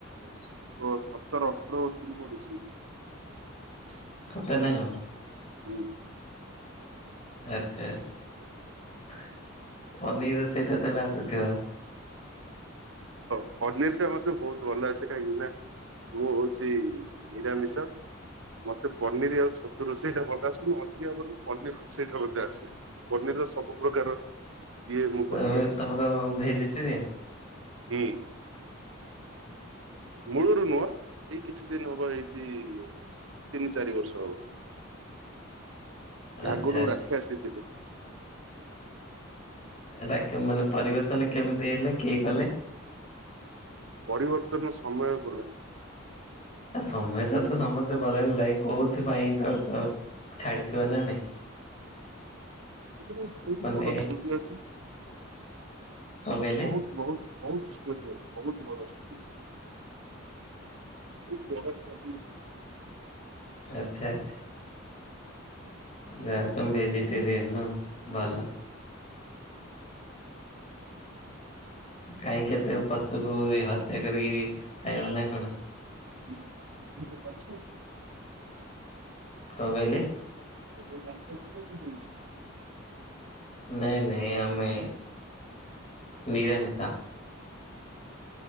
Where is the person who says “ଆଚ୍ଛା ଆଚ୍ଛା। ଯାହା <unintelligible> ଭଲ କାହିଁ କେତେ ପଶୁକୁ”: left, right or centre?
Left